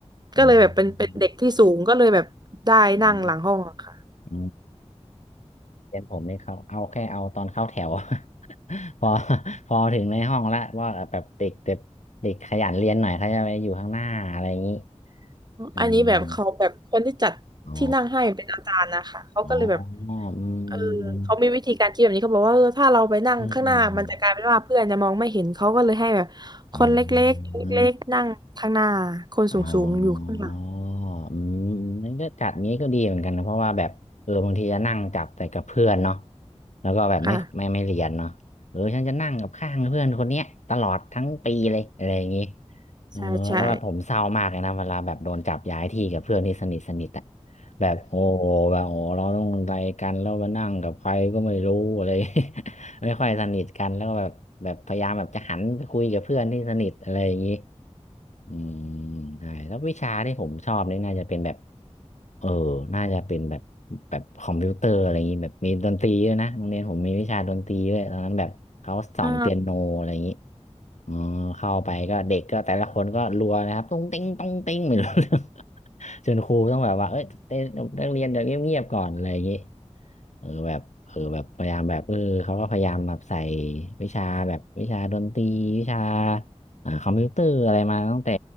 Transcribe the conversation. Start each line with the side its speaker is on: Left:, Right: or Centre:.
Right: ก็เลยแบบเป็นเป็นเด็กที่สูงก็เลยแบบได้นั่งหลังห้องอะค่ะ
Left: อืมอืมอืมเรียนผมนี่เขาเอาแค่เอาตอนเข้าแถว <laughs> พอพอถึงในห้องละว่าแบบเด็กเด็กเด็กขยันเรียนหน่อยเขาจะไปอยู่ข้างหน้าอะไรอย่างนี้อ๋อ
Right: อันนี้แบบเขาแบบคนที่จัดที่นั่งให้เป็นอาจารย์นะคะเขาก็เลยแบบ
Left: อ๋ออ๋ออื
Right: เออเขามีวิธีการคิดแบบนี้เขาบอกว่าเออถ้าเราไปนั่งข้างหน้ามันจะกลายเป็นว่าเพื่อนจะมองไม่เห็นเขาก็เลยให้แบบคนเล็กๆเล็กๆนั่งข้างหน้าคนสูงๆอยู่ข้างหลัง
Left: มอืมอืม อืมอ๋ออืมนั่นก็จัดงี้ก็ดีเหมือนกันนะเพราะว่าแบบเออบางทีจะนั่งจับแต่กับเพื่อนเนาะแล้วก็แบบไม่ไม่ไม่เรียนเนาะเออฉันจะนั่งกับข้างเพื่อนคนเนี้ยตลอดทั้งปีเลยอะไรอย่างงี้
Right: ค่ะ
Left: เออแล้วแบบผมเศร้ามากเลยนะเวลาแบบโดนจับย้ายที่กับเพื่อนที่สนิทสนิทอะ
Right: ใช่ใช่
Left: แบบโอ้โหแบบโอ้เราต้องอะไรกันแล้วมานั่งกับใครก็ไม่รู้อะไร <laughs> ไม่ค่อยสนิทกันแล้วก็แบบแบบพยายามแบบจะหันไปคุยกับเพื่อนที่สนิทอะไรอย่างงี้ อืมใช่แล้ววิชาที่ผมชอบนี่น่าจะเป็นแบบ เออ น่าจะเป็นแบบ แบบคอมพิวเตอร์อะไรอย่างนี้ แบบมีดนตรีด้วยนะโรงเรียนผมมีวิชาดนตรีด้วยตอนนั้นแบบเขาสอนเปียโนอะไรอย่างนี้
Right: <laughs> อ่า
Left: อมเข้าไปก็เด็กก็แต่ละคนก็รัวนะครับตุ้งติ้งตุ้งติ้งไม่รู้เรื่อง <laughs> จนครูต้องแบบว่าเอ้ยเต้นนักเรียนเดี๋ยวเงียบๆก่อนอะไรอย่างงี้เออแบบเออแบบพยายามแบบเออเขาก็พยายามแบบใส่วิชาแบบวิชาดนตรีวิชาอ่าคอมพิวเตอร์อะไรมาตั้งแต่